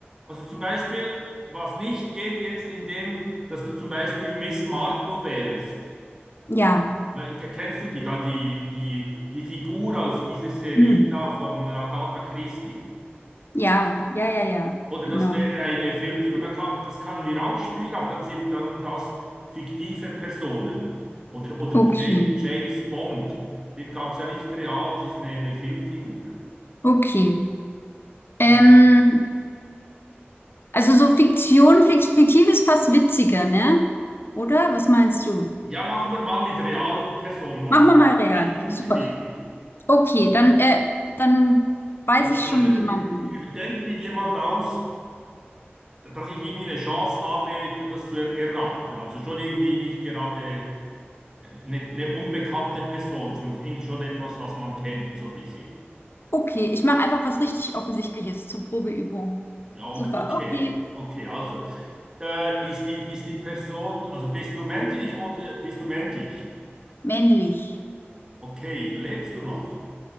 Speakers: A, on the right; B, on the left.
A: Also zum Beispiel, was nicht geht jetzt in dem, dass du zum Beispiel Miss Marple wärst.
B: ja.
A: Ne, ke- Kennst du die da, die, die, die Figur aus dieser Serie
B: Hm.
A: da von äh, Agatha Christie?
B: Ja, ja, ja, ja.
A: Oder
B: Genau.
A: das wäre eine Filmfigur, da kann, das können wir auch spielen, aber dann sind dann das fiktive Personen. Oder, oder
B: Okay.
A: James, James Bond, den gab es ja nicht real, das ist eine, eine Filmfigur.
B: Okay. Ähm,
A: Ja,
B: also so Fiktion, fik- fiktiv ist fast witziger, ne? Oder? Was meinst du?
A: Ja, machen wir mal mit realen Personen, Ma-
B: Machen wir mal real.
A: nicht zu
B: Super.
A: schwierig.
B: Okay, dann, äh, dann weiß
A: Also,
B: ich
A: also
B: schon
A: überdenkt
B: jemanden.
A: dir jemand aus, dass ich irgendwie eine Chance habe, das zu er erraten. Also schon irgendwie nicht gerade eine, eine unbekannte Person, sondern irgendwie schon etwas, was man kennt, so ein bisschen.
B: Okay, ich mache einfach was richtig Offensichtliches zur Probeübung.
A: Ja, o-
B: Super,
A: okay.
B: okay.
A: Okay, also äh, ist die, ist die Person, also bist du männlich oder bist du männlich?
B: Männlich.
A: Okay, lebst du noch?